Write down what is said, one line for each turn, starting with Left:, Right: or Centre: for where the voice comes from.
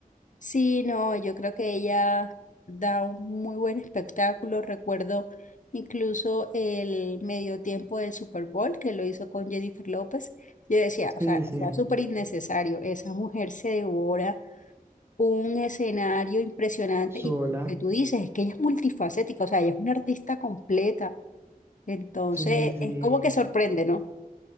Left: Sí, no, yo creo que ella da un muy buen espectáculo. Recuerdo incluso el medio tiempo del Super Bowl que lo hizo con Jennifer López. Yo decía, o
Right: Sí,
Left: sea,
Right: sí,
Left: era súper innecesario. Esa mujer se devora un escenario impresionante
Right: sola,
Left: y por lo que tú dices es que ella es multifacética, o sea, ella es una artista completa. Entonces,
Right: sí, sí.
Left: es como que sorprende, ¿no?